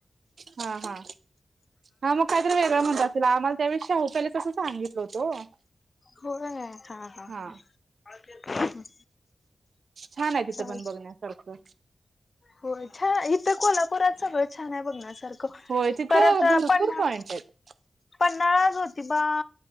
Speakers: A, on the right; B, on the left.
A: हा हा हा मग काहीतरी वेगळं म्हणत असेल आम्हाला त्या वेळी शाहू पॅलेस असं सांगितलं होतो ओ....
B: होय हां हां
A: हा
B: हां हां हां.....
A: छान आहे तिथं
B: चालतंय
A: पण बघण्यासारखं
B: होय इथं... इथं कोल्हापुरात सगळं छान हाय बघण्यासारखं... क
A: होय तिथं
B: परतं
A: भरपूर
B: पन्हाळा
A: पॉइंट आहेत
B: पन्हाळा जोतिबा...